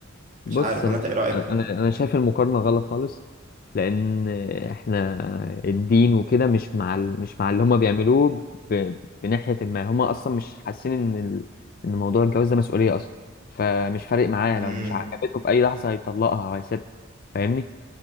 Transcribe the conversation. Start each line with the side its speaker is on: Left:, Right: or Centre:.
Left: بص
Right: مش عارف
Left: انا
Right: ولا انت
Left: ش-
Right: ايه رأيك
Left: انا انا شايف المقارنه غلط خالص لان احنا الدين وكده مش مع ال... مش مع اللي هما بيعملوه ب... بناحيه ما هما اصلا مش حاسين ان ال... ان موضوع الجواز ده مسؤوليه اصلا فمش فارق معاه
Right: امم
Left: لو مش عجبته في اي لحظه هيطلقها وهيسيبها فاهمني